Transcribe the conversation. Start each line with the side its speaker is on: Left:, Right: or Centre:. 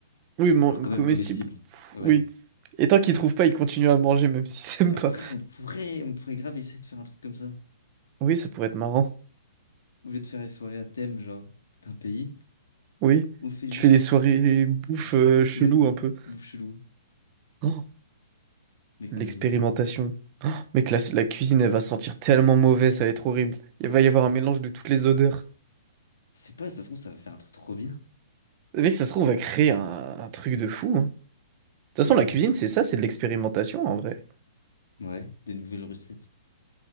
Right: oui, mon
Left: genre quand
Right: comestible,
Left: même comestible.
Right: pff,
Left: Ouais.
Right: oui. Et tant qu'ils trouvent pas, ils continuent à manger même s'ils
Left: Mais
Right: aiment
Left: en
Right: pas.
Left: vrai, on pourrait, on pourrait grave essayer de faire un truc comme ça.
Right: Oui, ça pourrait être marrant.
Left: Au lieu de faire les soirées à thème, genre, d'un pays,
Right: Oui,
Left: on fait juste
Right: tu fais des soirées bouffe
Left: bizarre,
Right: euh, chelou
Left: ouais,
Right: un peu.
Left: bouche-loup,
Right: Oh.
Left: mais qu'on
Right: L'expérimentation.
Left: a l'idée.
Right: Oh, mec, la, la cuisine, elle va sentir tellement mauvais, ça va être horrible. Il va y avoir un mélange de toutes les odeurs.
Left: C'est pas, ça se trouve, ça va faire un truc trop bien.
Right: Mec, ça se trouve, on va créer un, un truc de fou. hein. De toute
Left: Des
Right: façon,
Left: nouveaux,
Right: la cuisine, c'est ça, c'est de l'expérimentation en vrai.
Left: ouais, des nouvelles recettes.